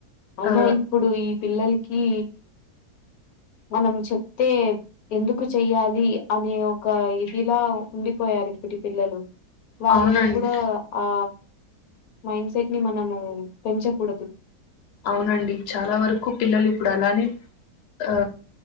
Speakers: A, on the left; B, on the left.
A: అయినా
B: ఆ
A: ఇప్పుడు ఈ పిల్లలు కి మనం చెప్తే ఎందుకు చెయ్యాలి అనే ఒక ఇదిలా ఉండిపోయారు ఇప్పటి పిల్లలు వాళ్ళకి
B: అవునండి
A: కూడా ఆ మైండ్ సెట్ని మనము పెంచకూడదు
B: అవునండి చాలా వరకు పిల్లలు ఇప్పుడు అలానే ఆ